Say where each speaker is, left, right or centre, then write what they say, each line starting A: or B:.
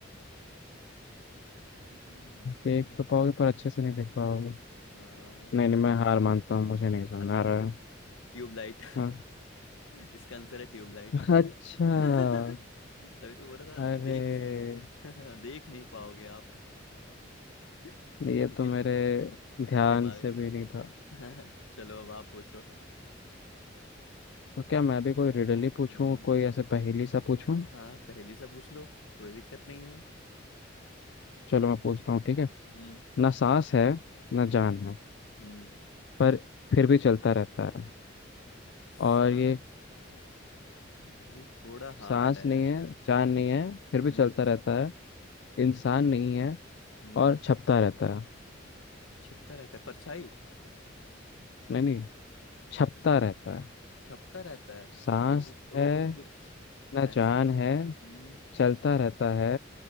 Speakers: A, on the left; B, on the left.
A: हम्म, हम्म, हम्म,
B: देख
A: हम्म।
B: तो पाओगे पर अच्छे से नहीं देख पाओगे
A: हाँ
B: नहीं नहीं मैं हार मानता हूँ मुझे नहीं समझ
A: हार मानते
B: आ रहा
A: हो
B: है
A: ट्यूबलाइट
B: हाँ
A: <laughs> इसका आंसर है ट्यूबलाइट
B: अच्छा
A: <laughs> तभी तो बोल रहा था
B: अरे
A: देख <laughs> देख नहीं पाओगे आप <laughs>
B: ये
A: क्योंकि
B: तो मेरे ध्यान
A: दिमाग
B: से भी नहीं था
A: <laughs> चलो अब आप पूछो
B: तो क्या मैं भी कोई रिडल ही पूछूं
A: हम्म
B: कोई ऐसे पहेली सा पूछूं
A: हाँ पहली सा पूछ लो कोई दिक्कत नहीं है
B: चलो मैं पूछता हूँ ठीक है
A: हम्म
B: ना सांस है ना
A: हम्म
B: जान है
A: हम्म
B: पर फिर भी चलता रहता है
A: सांस
B: और ये
A: अ, ये थोड़ा हार्ड
B: सांस
A: है
B: नहीं है जान
A: हम्म
B: नहीं है फिर भी
A: हम्म
B: चलता रहता है
A: हम्म
B: इंसान नहीं है
A: हम्म
B: और छपता रहता है
A: छिपता रहता है परछाई
B: नहीं नहीं छपता रहता है
A: छपता रहता है
B: सांस
A: ये तो
B: है
A: कुछ
B: ना
A: ऐसी
B: जान है
A: हम्म
B: चलता रहता है